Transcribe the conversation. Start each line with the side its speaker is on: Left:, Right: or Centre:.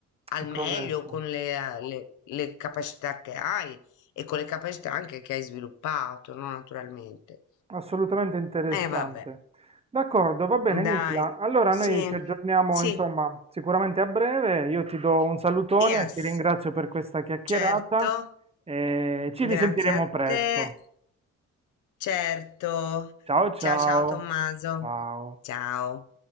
Left: al
Right: è corretto.
Left: meglio con le le- le capacità che hai e con le capacità anche che hai sviluppato, no? Naturalmente.
Right: Assolutamente interessante.
Left: Eh vabbè,
Right: D'accordo, va bene Nicla.
Left: dai,
Right: Allora
Left: sì,
Right: noi ci aggiorniamo,
Left: sì,
Right: insomma, sicuramente a breve. Io ti do un salutone,
Left: yes,
Right: ti ringrazio per questa chiacchierata
Left: certo,
Right: e ci risentiremo
Left: grazie a
Right: presto.
Left: te, certo.
Right: Ciao ciao.
Left: Ciao ciao Tommaso,
Right: Ciao.
Left: ciao.